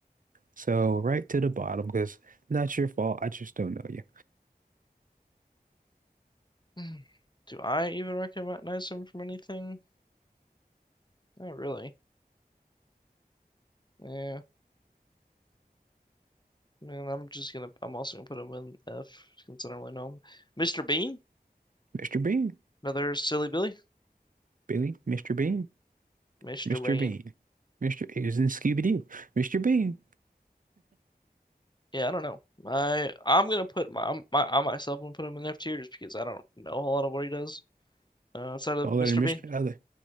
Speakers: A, on the right; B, on the left.
A: So right to the bottom because not your fault. I just don't know you,
B: <sighs> Do I even recognize him from anything? Not really. Yeah. Man, I'm just gonna. I'm also gonna put him in F since I don't really know him. Mr. Bean,
A: Mr. Bean,
B: another silly Billy.
A: Billy, Mr. Bean,
B: Mr.
A: Mr.
B: Bean.
A: Bean, Mr. He was in Scooby-Doo, Mr. Bean.
B: Yeah, I don't know. I I'm gonna put my I'm- my I myself gonna put him in F tier just because I don't know a whole lot of what he does uh, outside of
A: Taller
B: Mr.
A: than Mr.
B: Bean.
A: Other.